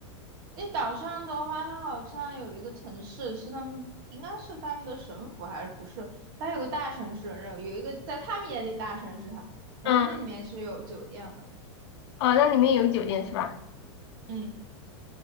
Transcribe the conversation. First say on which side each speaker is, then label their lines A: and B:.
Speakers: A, on the right; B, on the left.
A: 那岛上的话，它好像有一个城市是他们，应该是他们的省府还是不是？它有个大城市，然后有一个在他们眼里大城市哈，然后那里面是有酒店的。
B: 嗯，哦，那里面有酒店是吧？
A: 嗯，